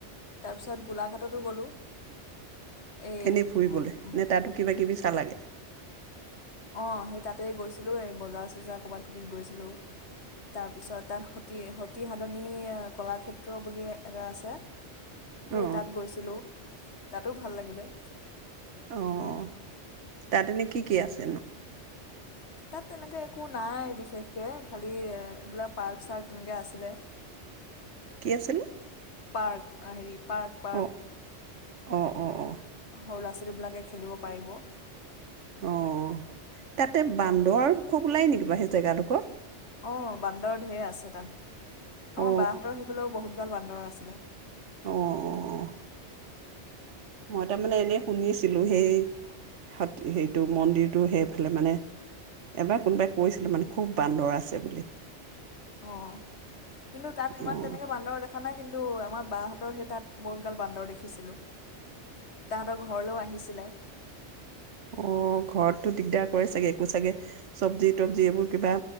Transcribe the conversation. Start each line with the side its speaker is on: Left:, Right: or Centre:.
Left: তাৰপিছত গোলাঘাটতো গ'লোঁ। এই
Right: এনেই ফুৰিবলে,
Left: ম-
Right: নেহ তাতো কিবা কিবি চালাগে।
Left: অহ সেই তাতেই গৈছিলো এই বজাৰ চজাৰ ক'বাত কবিত গৈছিলো। তাৰ পিছত তাত সতি সতি সাধনী কলাক্ষেত্ৰ বুলি এটা আছে সেই
Right: অ
Left: তাত গৈছিলোঁ। তাতো ভাল লাগিলে।
Right: অহ তাত এনে কি কি আছেনো?
Left: তাত তেনেকে একো নাই বিশেষকে, খালি এইবিলাক পাৰ্ক চাৰ্ক তেনেকে আছিলে।
Right: কি আছিলে
Left: পাৰ্ক, আ হেৰি পাৰ্ক পাৰ্ক
Right: অ অ অ অ
Left: সৰু ল'ৰা ছোৱালীবিলাকে খেলিব পাৰিব।
Right: অহ তাতে বান্দৰ খুব ওলাই নেকি সেই জেগাদোখৰত?
Left: অহ বান্দৰ ঢেৰ আছে তাত। আমাৰ
Right: অ
Left: বাহ হতৰ সেইফালেও বহুত গাল বান্দৰ আছে <unintelligible>
Right: অহ অহ অহ মই তাৰমানে এনেই শুনি আছিলো, সেই সত সেইটো মন্দিৰটো সেইফালে মানে এবাৰ কোনোবাই কৈছিলে মানে খুব বান্দৰ আছে বুলি।
Left: অহ কিন্তু তাত ইমান
Right: অ',
Left: তেনেকে বান্দৰ দেখা নাই কিন্তু আমাৰ বাহঁতৰ সেই তাত বহুত গাল বান্দৰ দেখিছিলোঁ। তাহাঁতৰ ঘৰলৈও আহিছিলে।
Right: অহ ঘৰতটো দিগদাৰ কৰে চাগে, একো চাগে চবজি-তবজি এইবোৰ কিবা